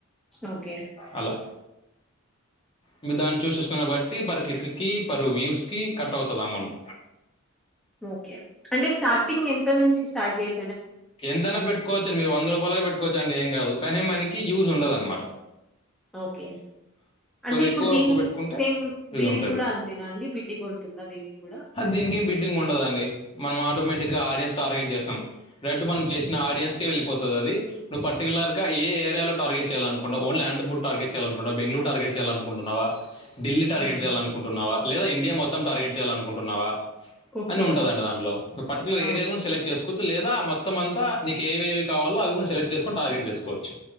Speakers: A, in the centre; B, on the left.
A: ఓకే.
B: అలా మీరు దాన్ని చూస్ చూసుకున్న బట్టి పర్ క్లిక్కిి పర్ వ్యూస్ కి కట్ అవుతది అమౌంట్
A: ఓకే అంటే స్టార్టింగ్ ఎంత నుంచి స్టార్ట్ చేయ్
B: ఎంతైనా పెట్టుకోవచ్చండి మీరు వంద రూపాయలైన పెట్టుకోవచ్చ అండి ఏం కాదు కానీ మనకి యూజ్ ఉండదన్నమాట
A: ఓకే అంటే ఇప్పుడు
B: ఎక్కువ
A: దీని
B: ఎక్కువ పెట్టుకుంటే
A: సేమ్
B: యూజ్
A: దీని
B: ఉంటుంది
A: కూడా అంతేనా అండి బిడ్డింగ్ ఉంటుందా దీనిగూడా
B: దీనికి ఏం బిడ్డింగ్ ఉండదండి మనం ఆటోమేటిక్గా ఆడియన్స్ టార్గెట్ చేస్తాం రెట్ మనం చేసిన ఆడియస్కేళ్లిపోతది అది నువ్వు పర్టికులర్ ఏ గా ఏరియాలో టార్గెట్ చేయాలనుకుంట ఓన్లీ అండ్ పూట్ టార్గెట్ చేయాలనుకుంటున్నావా బెంగుళూరు టార్గట్ చేలనుకుంటున్నావా ఢిల్లీ టార్గెట్
A: హుహు.
B: చేయాలనుకుంటున్నావా లేదా ఇండియా మొత్తం టార్గెట్ చేయాలనుకుంటున్నావా
A: ఓకే.
B: అని ఉంటదండి దాంట్లో పర్టికులర్
A: ఓకే.
B: ఏరియా కుడా సెలెక్ట్ చేసుకోవచ్చు లేదా మొ త్తమంతా నీకుఏవేవి కావాలో అవి కూడా సెలెక్ట్ చేసుకొని టార్గెట్ చేసుకోవచ్చు